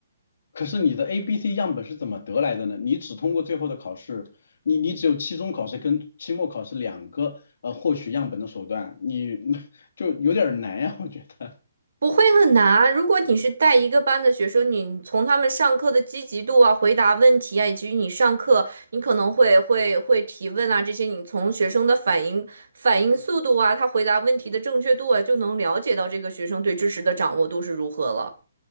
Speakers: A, on the left (about 50°); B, on the right (about 80°).
A: 可是你的 A、B、C 样本是怎么得来的呢？你只通过最后的考试，你你只有期中考试跟期末考试两个呃获取样本的手段，你 <laughs> 就有点儿难呀，我觉得
B: 不会很难啊。如果你是带一个班的学生，你从他们上课的积极度啊、回答问题啊，以及你上课你可能会会会提问啊，这些你从学生的反应反应速度啊，他回答问题的正确度啊，就能了解到这个学生对知识的掌握度是如何了。